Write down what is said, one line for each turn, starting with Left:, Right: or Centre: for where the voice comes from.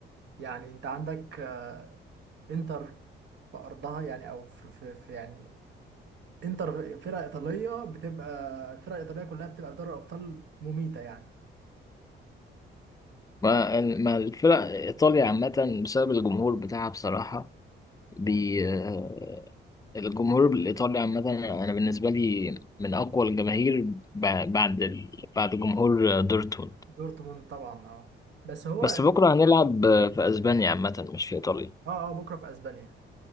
Right: يعني انت عندك آه، انتر في ارضها يعني او في, في, في يعني انتر فرقه ايطاليه بتبقى الفرق الايطاليه كلها بتبقى في دوري الابطال مميته يعني
Left: ما ما الفرق ايطاليا عامه بسبب الجمهور بتاعها بصراحه بي آه، الجمهور الإيطالي عامة أنا بالنسبة لي من أقوى الجماهير ب- بعد ال... بعد جمهور آه، دورتموند
Right: دورتموند طبعا اه بس هو
Left: بس
Right: اه
Left: بكرة هنلعب آه، في أسبانيا عامة مش في إيطاليا
Right: اه بكره في اسبانيا